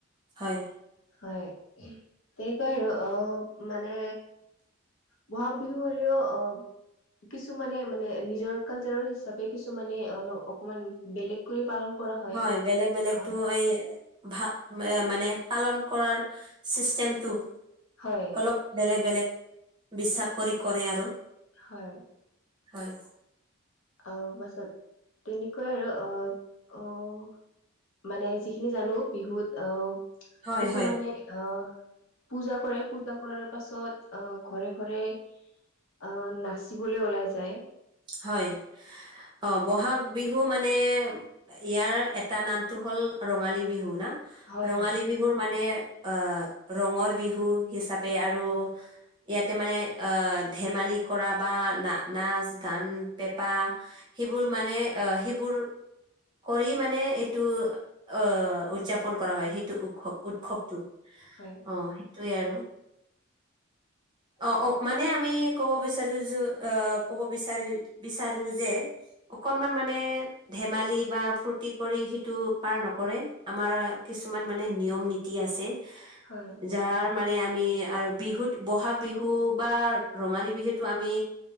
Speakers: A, on the right; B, on the left.
A: হয়
B: হয় তেনেকুৱাই অ' মানে বহাগ বিহু হলেওঁ অ' কিছুমানে মানে নিজৰ কালচাৰৰ হিচাপে কিছুমানে অল অকমান বেলেগ কৰি পালন কৰা হয়।
A: হয়, বেলেগ বেলেগতো
B: হয়
A: এই ভা মানে পালন কৰাৰ চিষ্টেমটো
B: হয়
A: অলপ বেলেগ বেলেগ, বিশ্বাস কৰি কৰে আৰু।
B: হয়।
A: হয়।
B: অ' পাছত তেনেকৈ আৰু অ, অ'। মানে যিখিনি জানো বিহুত, অ'
A: হয়
B: কিছুমানে
A: হয়
B: অ' পূজা কৰে পূজা কৰাৰ পাছত অ' ঘৰে ঘৰে অ' নাচিবলৈ ওলাই যায়।
A: হয়' অ' বহাগ বিহু মানে ইয়াৰ এটা নামটো হল ৰঙালী বিহু না?
B: হয়
A: ৰঙালী
B: হয়
A: বিহুৰ মানে আ ৰঙৰ বিহু হিচাপে আৰু ইয়াতে মানে আ ধেমালি কৰা বা না নাচ গান, পেপা সেইবোৰ মানে আ সেইবোৰ কৰি মানে এইটো অ' উদযাপন কৰা হয়। উৎসৱ উৎসৱটো অ'
B: হয় হয়
A: হেইটোৱে আৰু। অ' অ' মানে আমি কব বিচাৰো যো অ' কব বিচাৰি বিচাৰো যে অকণমান মানে ধেমালি বা ফুৰ্তি কৰি সিটো পাৰ নকৰে আমাৰ কিছুমান মানে নিয়ম দি আছে।
B: হয়।
A: যা আৰু মানে আমি আৰু বিহুত বহাগ বিহু বা ৰঙালী বিহুতো আমি